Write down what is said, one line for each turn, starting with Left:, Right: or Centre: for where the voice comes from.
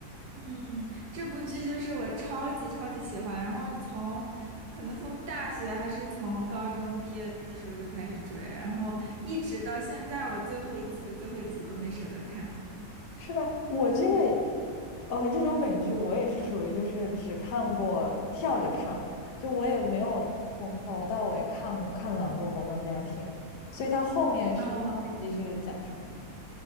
Right: 嗯，这部剧就是我超级超级喜欢，然后从可能从大学还是从高中毕业的时候就开始追，然后一直到现在，我最后一季的最后一集都没舍得看。
Left: 是吧？我这个也 o 这种美剧我也是属于就是只看过跳着看的，就我也没有从头到尾看看完过《摩登家庭》，所以它后面是最后一集是讲什么？
Right: 哦，